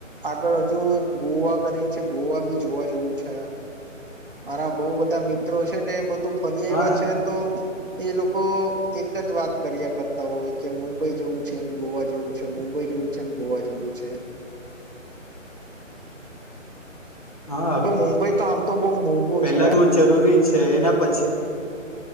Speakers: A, on the right; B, on the left.
A: આગળ હજુ ગોવા કરીને છે ગોવા બી જોવા જવું છે મારા બહુ બધા મિત્રો છે ને એ બધું ફરી્યા
B: હા
A: એવા છે તો એ લોકો એક જ વાત કર્યા કરતા હોય કે મુંબઈ જવું છે ગોવા જવું છે મુંબઈ જેવું છે ને ગોવા જેવું છે
B: હા
A: તો મુંબઈ તો આમ તો બહુ મોંઘું
B: પેલા
A: છે હેને
B: બહુ જરૂરી છે એના પછી